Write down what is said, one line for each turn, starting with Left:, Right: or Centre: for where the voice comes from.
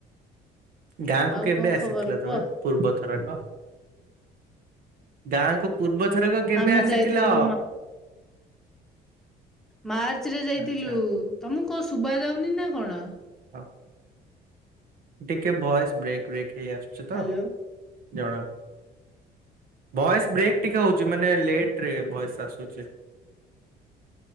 Right: ଗାଁ କୁ
Centre: ଆଉ
Right: କେବେ
Centre: କଣ
Right: ଆସିଥିଲ
Centre: ଖବର କୁହ?
Right: ତମେ ପୁର୍ବ ଥରକ ଗାଁ କୁ ପୂର୍ବ ଥରକ କେବେ
Centre: ଆମେ
Right: ଆସିଥିଲ?
Centre: ଯାଇଥିଲୁ ମାର୍ଚ ରେ ଯାଇଥିଲୁ
Right: ଆଚ୍ଛା
Centre: ତମକୁ କଣ ଶୁଭା ଯାଉନି ନା କଣ?
Right: ହଁ ଟିକେ ଭଏସ୍ ବ୍ରେକ୍ ବେକ୍ ହେଇ ଆସୁଛି ତ
Centre: ହ୍ୟାଲୋ।
Right: ଜଣା ଭଏସ୍ ବ୍ରେକ୍ ଟିକେ ହୋଉଛି। ମାନେ ଲେଟ୍ ରେ ଭଏସ୍ ଆସୁଛି।